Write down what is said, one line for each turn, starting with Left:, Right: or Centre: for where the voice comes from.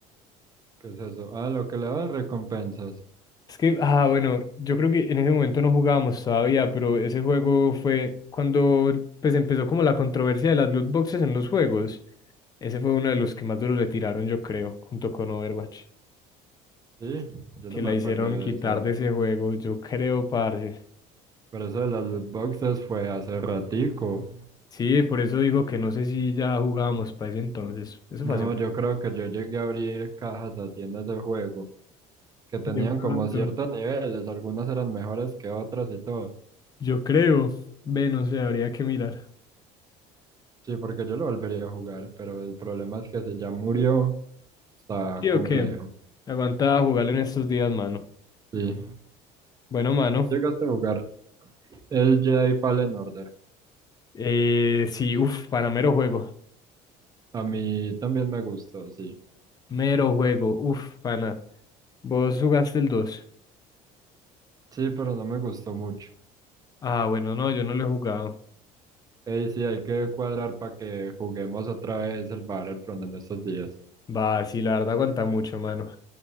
Right: ¿Qué es eso? Ah, lo que le daban recompensas.
Left: Es que, ah, bueno, yo creo que en ese momento no jugábamos todavía, pero ese juego fue cuando pues empezó como la controversia de las loot boxes en los juegos. Ese fue uno de los que más duro le tiraron, yo creo, junto con Overwatch,
Right: Sí, yo
Left: que
Right: no
Left: la
Right: me acuerdo
Left: hicieron
Right: de
Left: quitar
Right: eso.
Left: de ese juego, yo creo, parce.
Right: Pero eso de las loot boxes fue hace ratico.
Left: Sí, por eso digo que no sé si ya jugábamos para ese entonces. Eso
Right: No,
Left: fue hace mucho.
Right: yo creo que yo llegué a abrir cajas así en ese juego, que tenían
Left: De pronto,
Right: como ciertos niveles, algunas eran mejores que otras y todo.
Left: yo creo. Ve, no sé, habría que mirar.
Right: Sí, porque yo lo volvería a jugar, pero el problema es que si ya murió, está
Left: Sí,
Right: complejo.
Left: o qué. Aguanta jugarlo en estos días, mano.
Right: Sí,
Left: Bueno, mano.
Right: llegaste a jugar el Jedi Fallen Order.
Left: Eh, sí, uff, Para mero juego.
Right: A mí también me gustó, sí.
Left: Mero juego, uff, pana. ¿Vos jugaste el 2?
Right: Sí, pero no me gustó mucho.
Left: Ah, bueno, no, yo no lo he jugado.
Right: Ey, sí, hay que cuadrar para que juguemos otra vez el Battlefront en estos días.
Left: Va, sí, la verdad aguanta mucho, mano.